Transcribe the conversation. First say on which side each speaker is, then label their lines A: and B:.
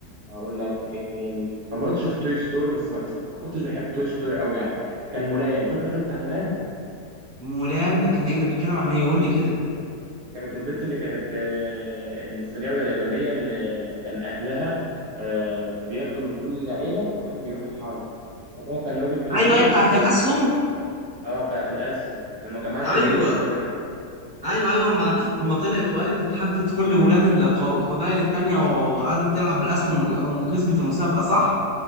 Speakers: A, on the right; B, on the right.
A: أقول لك إيه تاني كان برضه شفت توي ستوري بس ما, ما كنتش بحب توي ستوري أوي يعني كان مولان فاكر الفيلم بتاع مولان؟
B: مولان ده كان ايه ده بيتكلم عن ايه يقول لي كده
A: كانت البت اللي كانت آه، الصينية ولا اليابانية اللي كان أهلها آه، بياخدوا من كل عيلة واحد بيروح الحرب فأبوها كان راجل كبير
B: ايوه ايوه بتاعت
A: وهو
B: الاسهم
A: اه بتاعت الأسهم لما كان معاه التنين
B: ايوه
A: الصغير
B: ايوه ايوه اما اما طلعت وقالت اتحدت كل ولاد الق- القبائل التانية وقعدت تلعب بالاسهم وم- وكسبت المسابقه صح